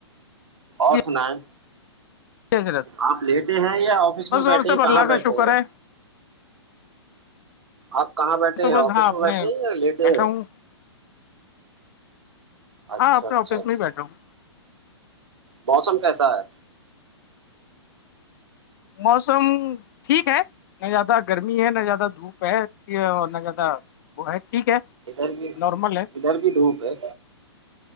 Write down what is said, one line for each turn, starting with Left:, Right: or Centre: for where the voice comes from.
Right: اور
Left: جی
Right: سنا ہے
Left: حضرت
Right: آپ لیٹے ہیں یا آفس میں
Left: بس
Right: بیٹھے
Left: اور سب
Right: ہیں
Left: اللہ
Right: کہاں
Left: کا
Right: بیٹھے
Left: شکر
Right: ہیں
Left: ہے
Right: آپ کہاں بیٹھے
Left: تو
Right: ہیں آفس
Left: بس ہاں اپنے
Right: میں بیٹھے ہیں یا لیٹے
Left: بیٹھا
Right: ہے
Left: ہوں
Right: اچھا
Left: ہاں اپنے
Right: اچھا
Left: آفس
Right: اچھا
Left: میں ہی بیٹھا ہوں
Right: موسم کیسا ہے
Left: موسم ٹھیک ہے نہ زیادہ گرمی ہے نہ زیادہ دھوپ ہے اور نہ زیادہ وہ ہے ٹھیک ہے
Right: ادھر بھی
Left: نارمل ہے
Right: ادھر بھی دھوپ ہے